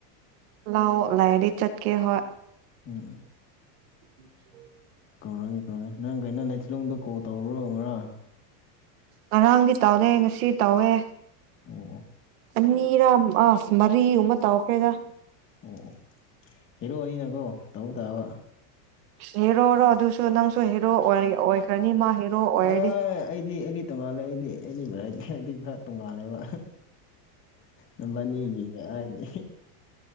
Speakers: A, on the right (about 60°); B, on the left (about 25°).
A: ꯂꯥꯎ ꯂꯩꯗꯤ ꯆꯠꯀꯦ ꯑꯩꯈꯣꯏ
B: ꯎꯝ ꯎꯝ
A: <inaudible>
B: ꯀꯧꯔꯒꯦ ꯀꯧꯔꯒꯦ ꯅꯪ ꯀꯩꯅꯣ ꯅꯥꯊꯤꯂꯣꯡꯗ ꯀꯣꯜ ꯇꯧꯕ꯭ꯔꯣ ꯉꯔꯥꯡ
A: ꯉꯔꯥꯡꯗꯤ ꯇꯥꯎꯔꯦ ꯉꯁꯤꯗꯤ ꯇꯥꯎꯋꯦ
B: ꯑꯣ ꯑꯣ
A: ꯑꯅꯤꯔꯥ ꯑꯁ ꯃꯔꯤ ꯑꯃ ꯇꯥꯎꯈ꯭ꯔꯦꯗ
B: ꯑꯣ ꯍꯔꯛꯅꯤꯅꯀꯣ ꯇꯧꯕ ꯇꯥꯕ
A: ꯍꯦꯔꯣꯔꯣ ꯑꯗꯨꯁꯨ ꯅꯪꯁꯨ ꯍꯦꯔꯣ ꯑꯣꯏ ꯑꯣꯏꯈ꯭ꯔꯅꯤ ꯃꯥ ꯍꯦꯔꯣ ꯑꯣꯏꯔꯗꯤ
B: ꯑ ꯑꯩꯗꯤ ꯑꯩꯗꯤ ꯇꯣꯉꯥꯜꯂꯦ ꯑꯩꯗꯤ ꯑꯦꯅꯤ ꯚꯦꯔꯥꯏꯇꯤ ꯍꯥꯏꯗꯤ ꯈꯔ ꯇꯣꯡꯉꯥꯜꯂꯦꯕ ꯃꯕꯅꯤꯒꯤꯒ ꯍꯥꯏꯗꯤ